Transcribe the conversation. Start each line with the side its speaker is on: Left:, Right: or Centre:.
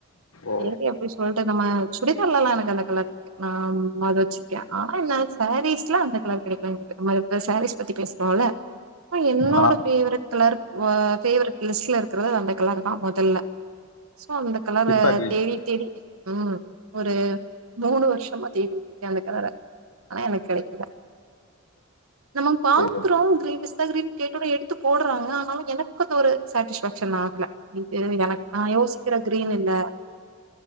Left: ஓ!
Right: சேரி அப்ப்டடி சொல்லட்டு நம்ம சுடிதால்லா நல்லா இருக்காது அந்த கலருக்கு நா அத வெச்சிருக்கே ஆ என்ன சாரீஸ் எல்லா அந்த கலர் கெடைக்காது எனக் நம்ம இப்ப சாரீஸ் பத்தி பேசுறோம்ல என்னோட
Left: அதனால
Right: பேவரெட் கலர் வா ஃபேவரட் லிஸ்ட்ல இருக்கறது அந்த கலரு தா மோதல்ல சோ அந்த கலர
Left: பிஸ்தா கிரீன்.
Right: தேடி தேடி உஹம் ஒரு மூணு வருஷ் <unintelligible> அந்தக் கலர்ல ஆனா எனக்கு கிடைக்கல நம்ம பாக்குறோ
Left: சரி, சரி.
Right: கீரீன் பிஸ்தா கிரீன் கேட்டொனே எடுத்து போட்றாங்க ஆனாலு எனக்கு அந்தொரு சேட்டிஸ்பேக்ஷன் ஆகல இது எனக் நா யோசிக்கிற க்ரீன் இல்ல